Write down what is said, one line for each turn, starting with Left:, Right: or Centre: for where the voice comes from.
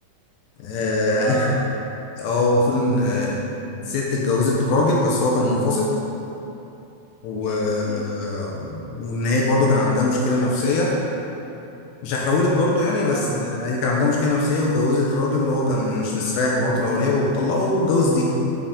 Left: آه
Right: اه
Left: <laughs> هو المفروض ان آه، الست اتجوزت الراجل بس هو كان منفصل و...
Right: اوكي
Left: آه، وان هي برضه كان عندها مشكله نفسيه مش هحرقهولك برضه يعني بس
Right: اه
Left: آه، هي كان عندها مشكله نفسيه واتجوزت راجل اللي هو كان مش مستريح مع مراته الاولانيه وطلقه واتجوز دي